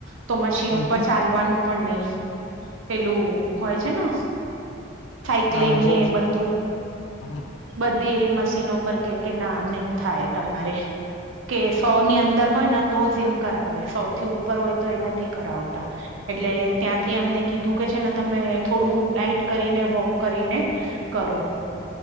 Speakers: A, on the right (about 85°); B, on the left (about 70°).
A: તો મશીન
B: હમ
A: ઉપર
B: હમ હમ
A: ચાલવાનું પણ નઇ. પેલું હોય છે ને. સાયક્લિંગ
B: હા બોવ
A: ને એ બધું
B: <unintelligible>
A: બધી એવી મશીનો પર કે કે ના નહી થાય તમારે. કે સો ની અંદર હોય ને તો ઝીમ કરાવે સો થી ઉપર હોય તો એ નથી કરાવતા. એટલે ત્યાંથી એમને કીધું કે છે ને તમે થોડું ડાઇટ કરીને વોક કરીને કરો. <inaudible>